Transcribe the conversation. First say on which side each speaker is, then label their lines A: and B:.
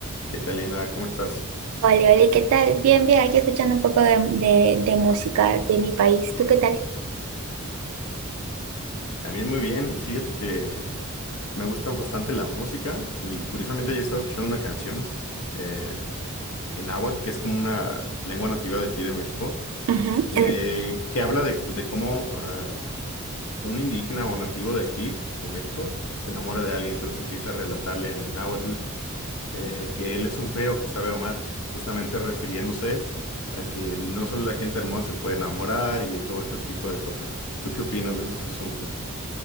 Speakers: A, on the left; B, on the right.
A: ¿Qué tal, Linda? ¿Cómo estás?
B: Hola, hola, ¿qué tal? Bien, bien, aquí escuchando un poco de, de- de música de mi país. ¿Tú qué tal?
A: También muy bien. Fíjate que me gusta bastante la música y curiosamente ayer estaba escuchando una canción eh, en náhuatl, que es como una lengua nativa de aquí de México,
B: Ujú.
A: eh,
B: En-
A: que habla de, de cómo ah, un indígena o nativo de aquí, de México, se enamora de alguien. Entonces empieza a relatarle en náhuatl eh, que él es un feo que sabe amar, justamente refiriéndose a que no solo la gente hermosa se puede enamorar y todo este tipo de cosas. ¿Tú qué opinas de esos asuntos?